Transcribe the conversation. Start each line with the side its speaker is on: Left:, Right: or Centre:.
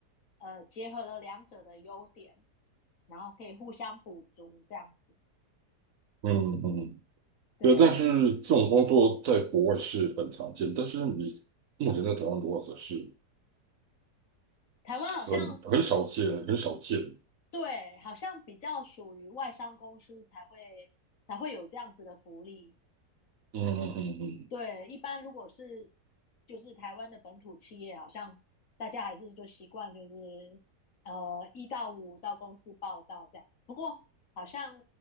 Left: 呃结合了两者的优点，然后可以互相补足这样子。
Right: 嗯嗯，嗯
Left: 对，
Right: 对。但是这种工作在国外是很常见，但是你目前在台湾的话，则是
Left: 台湾好像
Right: 很很少见，很少见。
Left: 对，好像比较属于外商公司才会才会有这样子的福利。
Right: 嗯嗯嗯嗯
Left: 对，一般如果是就是台湾的本土企业，好像大家还是就习惯就是呃一到五到公司报道这样。不过好像